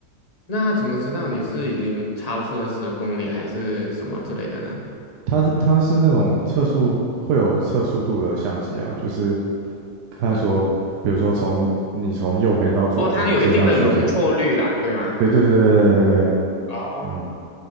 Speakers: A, on the left; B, on the right.
A: 那他怎么知道你是已经超出了十公里还是什么之类的呢？
B: 它是它是那种测速会有测速度的相机啊，就是看说，
A: 是
B: 比如说从你从右边到左边这段区间，
A: 哦，它有一定的容错率啦，对吧？
B: 对对对对对对，
A: 哦，
B: 嗯，